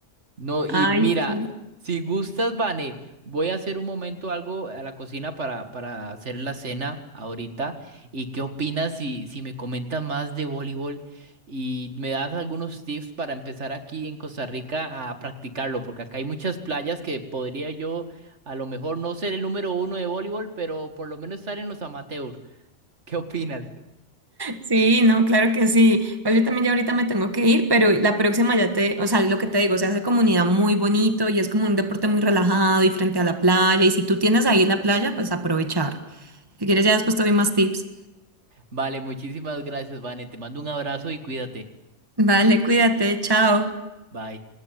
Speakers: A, on the right; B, on the right.
A: No, y
B: ay,
A: mira,
B: sí.
A: si gustas, Vane, voy a hacer un momento algo a la cocina para, para hacer la cena ahorita. ¿Y qué opinas si, si me comentas más de voleibol y me das algunos tips para empezar aquí en Costa Rica a practicarlo? Porque acá hay muchas playas que podría yo a lo mejor no ser el número uno de voleibol, pero por lo menos estar en los amateurs. ¿Qué opinas?
B: Sí, no, claro que sí. Igual yo también ya ahorita me tengo que ir, pero la próxima ya te, o sea, lo que te digo, se hace comunidad muy bonito y es como un deporte muy relajado y frente a la playa. Y si tú tienes ahí la playa, pues aprovechar. Si quieres, ya después te doy más tips.
A: Vale, muchísimas gracias, Vane. Te mando un abrazo y cuídate.
B: Vale, cuídate, chao.
A: Bye.